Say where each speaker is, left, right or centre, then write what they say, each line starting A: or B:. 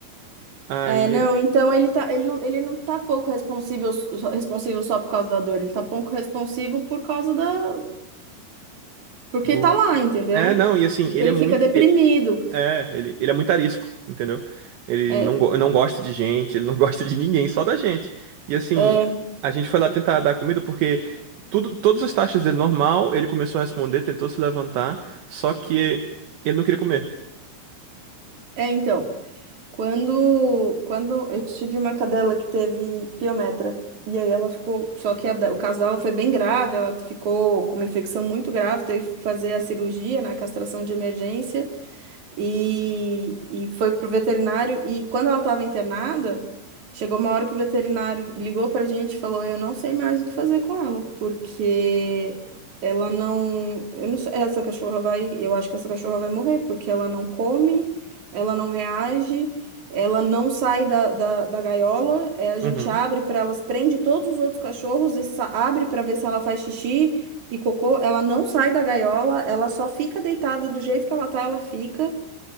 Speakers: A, on the right; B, on the right.
A: Aí,
B: É, não,
A: é,
B: então ele tá, ele não, ele não tá pouco responsível, só- responsivo só por causa da dor, ele tá pouco responsivo por causa da, porque
A: do.
B: tá lá, entendeu?
A: É, não, e assim,
B: Porque
A: ele
B: ele
A: é muito.
B: fica deprimido.
A: É, é, ele, ele é muito arisco, entendeu? Ele
B: É,
A: não, go- não gosta de gente, ele não <laughs> gosta de ninguém, só da gente. E assim,
B: é,
A: a gente foi lá tentar dar comida porque tudo, todas as taxas dele normal, ele começou a responder, tentou se levantar, só que ele não queria comer.
B: é, então. Quando, quando eu tive uma cadela que teve piometra, e aí ela ficou. Só que a da- o caso dela foi bem grave, ela ficou com uma infecção muito grave, teve que fazer a cirurgia, na castração de emergência e, e foi pro veterinário. E quando ela estava internada, chegou uma hora que o veterinário ligou pra gente e falou: Eu não sei mais o que fazer com ela, porque ela não. Eu não sei, essa cachorra vai. Eu acho que essa cachorra vai morrer, porque ela não come, ela não reage. Ela não sai da, da, da gaiola, eh, a gente
A: Uhum,
B: abre para elas, prende todos os outros cachorros e sa- abre para ver se ela faz xixi e cocô. Ela não sai da gaiola, ela só fica deitada do jeito que ela tá, ela fica.